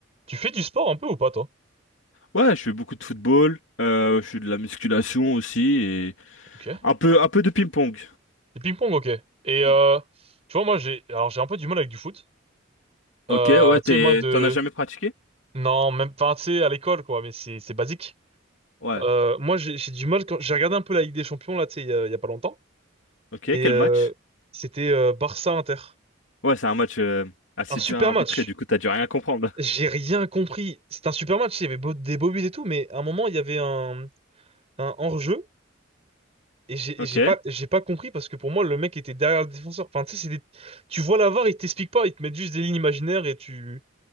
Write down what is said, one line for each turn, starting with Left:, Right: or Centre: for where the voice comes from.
Right: Tu fais du sport un peu ou pas, toi?
Left: Ouais, je fais beaucoup de football, euh, je fais de la musculation aussi et
Right: Ok. Le
Left: un peu un peu de ping-pong.
Right: ping-pong, ok. Et euh,
Left: Mm.
Right: tu vois, moi, j'ai alors j'ai un peu du mal avec du foot. Euh,
Left: Ok, ouais,
Right: tu
Left: t'es
Right: sais, moi, de...
Left: t'en as jamais pratiqué?
Right: Non, même... Enfin, tu sais, à l'école, quoi, mais c'est c'est basique.
Left: Ouais.
Right: Euh, moi, j'ai j'ai du mal quand... J'ai regardé un peu la Ligue des Champions, là, tu sais, il y a, il y a pas longtemps.
Left: Ok,
Right: Et
Left: quel
Right: euh,
Left: match?
Right: c'était euh, Barça-Inter.
Left: Ouais, c'est un match euh, assez
Right: Un super
Left: dur à arbitrer,
Right: match.
Left: du coup t'as dû rien comprendre.
Right: J'ai
Left: <laughs>
Right: rien compris. C'était un super match, il y avait beau- des beaux buts et tout, mais à un moment, il y avait un, un hors-jeu. Et j'ai
Left: Ok.
Right: et j'ai pas, j'ai pas compris parce que pour moi, le mec était derrière le défenseur. Enfin, tu sais, c'est des... tu vois la VAR, ils t'expliquent pas, ils te mettent juste des lignes imaginaires et tu,